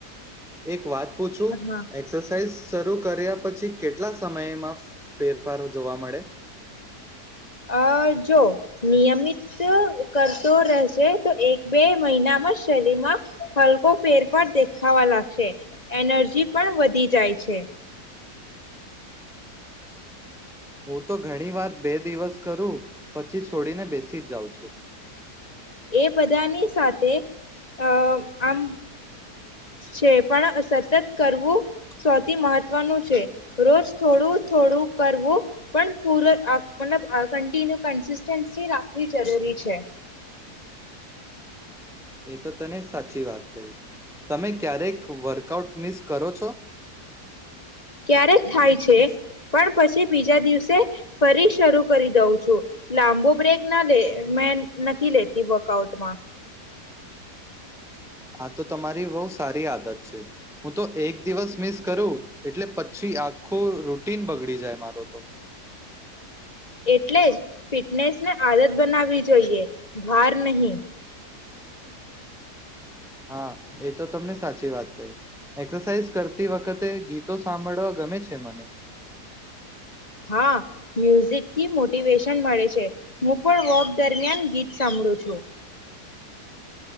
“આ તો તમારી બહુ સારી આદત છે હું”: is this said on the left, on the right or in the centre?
Centre